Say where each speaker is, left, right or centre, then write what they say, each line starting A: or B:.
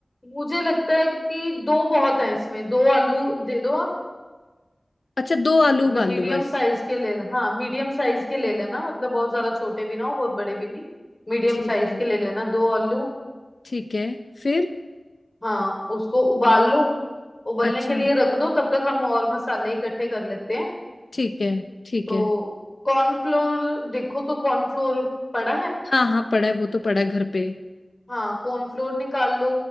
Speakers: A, on the left; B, on the left.
A: मुझे लगता है कि दो बहुत है इसमें दो आलू दे दो आप
B: अच्छा दो आलू
A: मतलब
B: उबाल
A: मीडियम
B: लूं बस
A: साइज के ले हाँ मीडियम साइज के ले लेना मतलब बहुत ज्यादा छोटे भी ना हो बहुत बड़े भी नहीं मीडियम
B: ठीक
A: साइज
B: है
A: के ले लेना दो आलू
B: ठीक है फिर
A: हाँ उसको उबाल लो उबलने
B: अच्छा
A: के लिए रख दो तब तक हम और मसाले इकट्ठे कर लेते हैं
B: ठीक है ठीक
A: तो
B: है
A: कॉर्नफ्लोर देखो तो कॉर्नफ्लोर पड़ा है
B: हाँ हाँ पड़ा है वो तो पड़ा है घर पे
A: हाँ कॉर्नफ्लोर निकाल लो